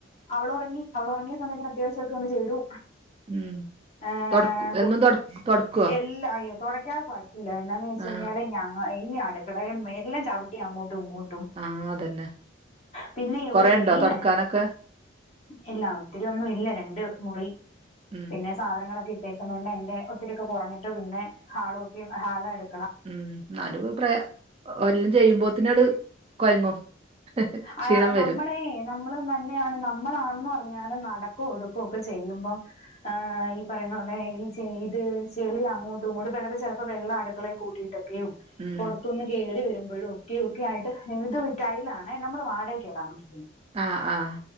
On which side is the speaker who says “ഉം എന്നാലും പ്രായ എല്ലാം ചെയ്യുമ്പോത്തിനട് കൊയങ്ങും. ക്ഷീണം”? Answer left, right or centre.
Right